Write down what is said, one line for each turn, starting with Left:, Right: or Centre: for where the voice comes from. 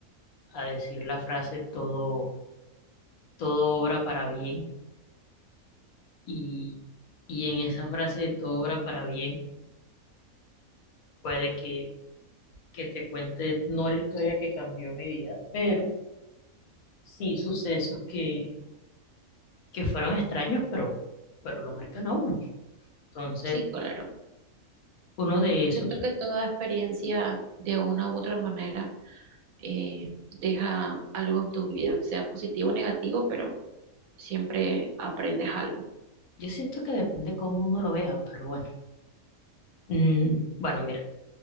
Left: a decir la frase todo todo obra para bien y, y en esa frase de todo obra para bien puede que, que te cuente no la historia que cambió mi vida, pero sí sucesos que, que fueron extraños, pero, pero lo marcan a uno. Entonces,
Right: sí, claro.
Left: uno de esos,
Right: Siento que toda experiencia de una u otra manera eh, deja algo en tu vida, sea positivo o negativo, pero siempre aprendes algo.
Left: yo siento que depende cómo uno lo vea, pero bueno. Mm, bueno, mira,